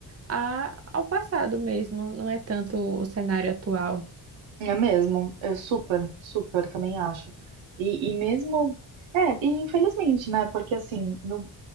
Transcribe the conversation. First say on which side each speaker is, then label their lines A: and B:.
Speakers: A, on the right; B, on the right.
A: a- ao passado mesmo, não é tanto o cenário atual.
B: É mesmo, eu super, super também acho. E, e mesmo, é, e infelizmente, né? Porque assim, no